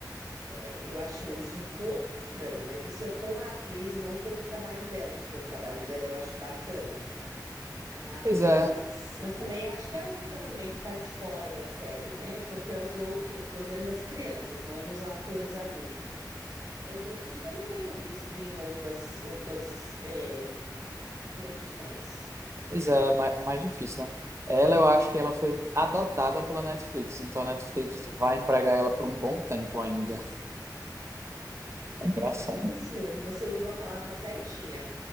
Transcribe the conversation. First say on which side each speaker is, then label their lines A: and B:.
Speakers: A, on the right (about 60°); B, on the right (about 40°).
A: é, eu acho isso um pouco estranho, mas isso é com a atriz e não com o trabalho dela, porque o trabalho dela eu acho bacana, assim. Mas,
B: Pois é,
A: mas também eu acho que é a única também que faz fora da série, né? Porque os outros, tô dizendo das crianças, não dos atores adultos. É, os outros eu não tenho visto em outras, outras é, produções.
B: pois é, mais, mais difícil, né? Ela, eu acho que ela foi adotada pela Netflix, então a Netflix vai empregar ela por um bom tempo ainda. É engraçado.
A: Eu acho que é isso mesmo. Você usou a palavra certinha.